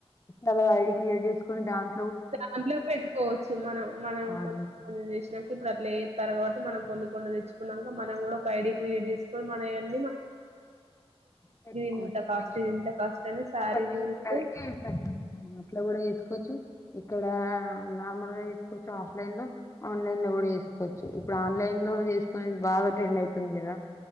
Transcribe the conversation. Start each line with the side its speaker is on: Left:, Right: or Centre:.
Left: అలా ఐడి క్రియేట్ చేసి కొని దాన్
Right: దాంట్లో పెట్టుకోవచ్చు మనం మనం
Left: అవును
Right: కొన్ని కొన్ని చేసినా ఇప్పుడు అట్లా ఏత్తారు కాబట్టి మనం కొన్ని కొన్ని తెచ్చుకున్నాంక మనం కూడా ఒక ఐడి క్రియేట్ చేసుకొని మనయన్ని
Left: పెట్టుకోవచ్చు
Right: ఇంత కాస్ట్
Left: వసుకోవచ్చు
Right: ఇది ఇంత కాస్ట్ అని శారీ
Left: ప్రతి
Right: చూయిస్తే
Left: ఒక్కరికి పె మన అట్లా కూడా చేసుకోవచ్చు ఇక్కడ నార్మల్గా తీసుకోచ్చు ఆఫ్లైన్ లో ఆన్లైన్ లో గూడా జేస్ కోచ్చు ఇప్పుడు ఆన్లైన్ లో చేసుకునేది బాగా ట్రెండ్ అయితుంది కదా